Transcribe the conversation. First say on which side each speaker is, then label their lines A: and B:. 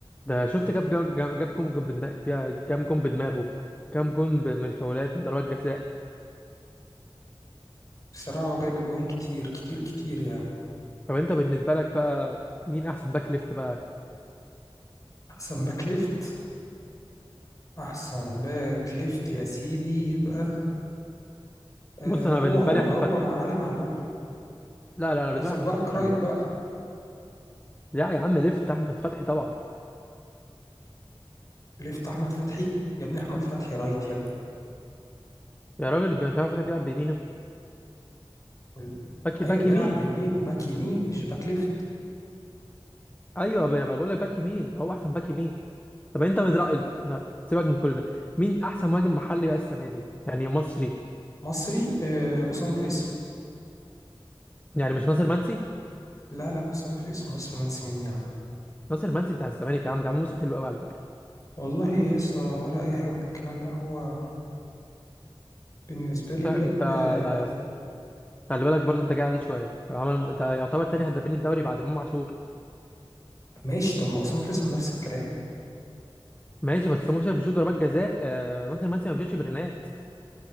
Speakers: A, on the left (about 15°); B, on the left (about 35°).
A: ده شفت كام جو- جاب جاب كام جون بدماغ كام جون بدماغه كام جون ب- من فاولات من ضربات جزاء
B: بصراحة هو جايب جون كتير كتير كتير يعني
A: طب انت بالنسبه لك بقى مين احسن باك ليفت بقى
B: أحسن باك ليفت أحسن باك ليفت يا سيدي يبقى آه
A: بص انا
B: هو
A: بالنسبه
B: هو
A: لي احمد
B: هو
A: فتحي
B: علي معلول
A: لا لا انا بالنسبه
B: قصدك
A: لي احمد
B: بقى
A: فتحي خلي
B: رايت بقى
A: بالك لا يا عم ليفت احمد فتحي طبعا
B: ليفت أحمد فتحي يا ابني أحمد فتحي رايت يا ابني
A: يا راجل ب- احمد فتحي بيلعب بيمينه
B: ال-
A: باك
B: أيوة
A: باك
B: بيلعب
A: يمين
B: بيمين وباك يمين مش باك ليفت
A: ايوه بقى، ما انا بقول لك باك يمين هو احسن باك يمين طب انت من رايك بقى من رأيك. سيبك من كل ده مين احسن مهاجم محلي بقى السنه دي يعني مصري
B: مصري آه أسامة فيصل
A: يعني مش ناصر منسي
B: لا لا أسامة فيصل مصري مهندس مين يا عم
A: ناصر منسي بتاع الزمالك يا عم ده عامل موسم حلو قوي على فكره
B: والله يسا ولا أي حاجة من الكلام ده هو بالنسبة لي بجد
A: انت
B: آه
A: لا يا اسطى خلي بالك برضه انت جاي عليه شويه هو عمل ده يعتبر تاني هدافين الدوري بعد امام عاشور
B: ماشي طب ما أسامة فيصل نفس الكلام
A: ماشي بس امام عاشور بيشوط ضربات جزاء آه... ناصر منسي ما بيشوطش برينات